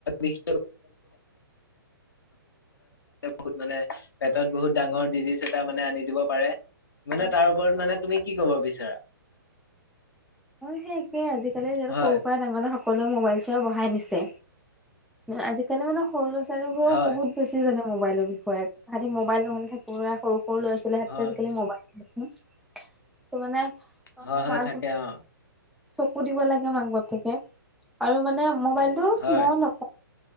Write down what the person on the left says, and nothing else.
বিশ বহুত মানে পেটত বহুত ডাঙৰ ডিজিজ টা মানে আনি দিব পাৰে মানে
তাৰ ওপৰত মানে তুমি কি কব বিচাৰা।
হয়
হয়
হয়
হয় হয়
থাকে অ'।
হয়